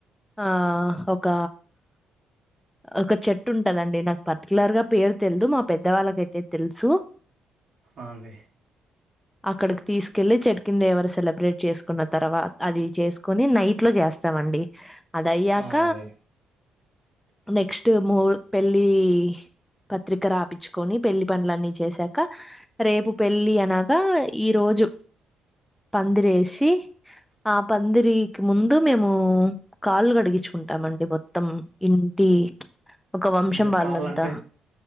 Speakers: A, in the centre; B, on the right (about 50°).
A: ఆ ఒక ఒక చెట్టు ఉంటదండి. నాకు పర్టికులర్ గా పేరు తెల్దు మా పెద్దవాళ్ళకైతే తెలుసు.
B: ఆ అండి
A: అక్కడికి తీసుకెళ్ళి చెట్ కింద ఎవరు సెలబ్రేట్ చేసుకున్న తర్వాత అది చేసు కొని నైట్ లో చేస్తామండి అదయ్యాక
B: ఆ అండి
A: నెక్స్ట్ మూ పెళ్లి పత్రిక రాపిచ్చుకొని పెళ్లి పనులన్నీ చేసాక రేపు పెళ్లి అనగా ఈ రో జు పందిరేసి ఆ పందిరికి ముందు మేము కాళ్ళు కడిగించుకుంటామండి మొత్తం ఇన్ టి ఒక వంశం
B: అంటే
A: వాళ్ళంతా
B: కాళ్ళు అంటే